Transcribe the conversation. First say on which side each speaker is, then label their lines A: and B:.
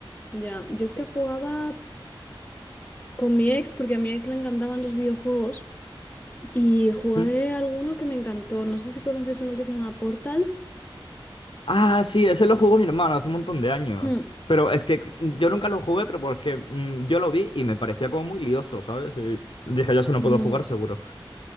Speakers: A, on the left; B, on the left.
A: ya, yo es que jugaba con mi ex, porque a mi ex le encantaban los videojuegos, y jugué
B: Mm.
A: alguno que me encantó. No sé si conoces uno que se llama Portal.
B: Ah, sí, ese lo jugó mi hermano hace un montón de años.
A: Hmm,
B: Pero es que yo nunca lo jugué, pero porque mm, yo lo vi y me parecía como muy lioso, ¿sabes? Y dije, yo si no
A: mm.
B: puedo jugar, seguro.